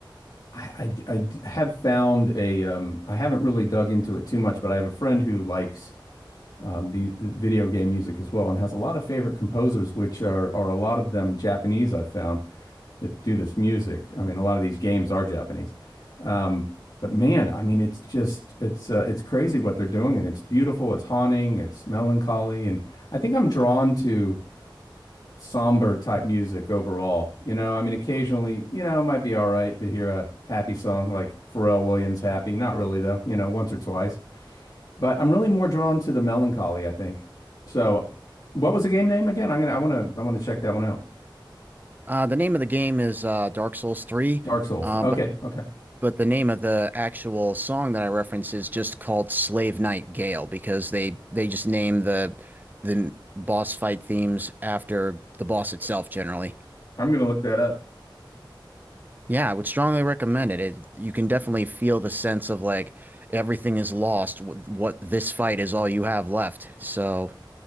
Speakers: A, on the left; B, on the right.
A: I, I I d- have found a um, I haven't really dug into it too much, but I have a friend who likes um, the, the video game music as well, and has a lot of favorite composers, which are are a lot of them Japanese. I've found that do this music. I mean, a lot of these games are Japanese. Um, but man, I mean, it's just it's uh, it's crazy what they're doing, and it's beautiful, it's haunting, it's melancholy, and I think I'm drawn to somber type music overall. You know, I mean, occasionally, you know, it might be all right to hear a happy song like Pharrell Williams' "Happy." Not really though, you know, once or twice. But I'm really more drawn to the melancholy, I think. So, what was the game name again? I'm gonna I wanna I wanna check that one out.
B: Uh, the name of the game is uh, Dark Souls Three,
A: Dark Souls.
B: uh,
A: Okay,
B: but
A: okay.
B: but the name of the actual song that I reference is just called Slave Night Gale because they they just name the the boss fight themes after the boss itself generally.
A: I'm gonna look that up.
B: Yeah, I would strongly recommend it. It you can definitely feel the sense of like everything is lost. What, what this fight is all you have left. So